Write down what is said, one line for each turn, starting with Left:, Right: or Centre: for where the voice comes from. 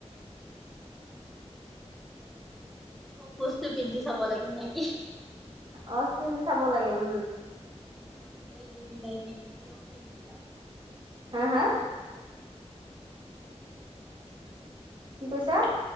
Centre: চব বস্তু পিন্ধি চাব লাগে নেকি?
Right: অ পিন্ধি চাব লাগে উম।
Centre: আহিচাই যদি নাকি চব পিন্ধি লও।
Right: হা হা? কি কৈছা?